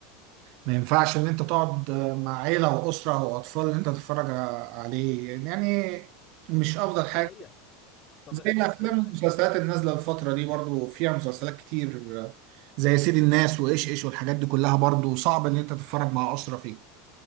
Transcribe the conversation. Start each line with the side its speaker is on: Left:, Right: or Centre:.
Right: ما ينفعش ان انت تقعد مع عيلة واسرة واطفال ان انت تتفرج عليه يعني يعني مش افضل
Left: دي
Right: حاجة
Left: حقيقة طب
Right: زي
Left: آه،
Right: الافلام
Left: ايه رأيك
Right: والمسلسلات النازلة الفترة دي برضو فيها مسلسلات كتير زي سيد الناس وايش ايش والحاجات دي كلها برضو صعب ان انت تتفرج مع اسرة فيه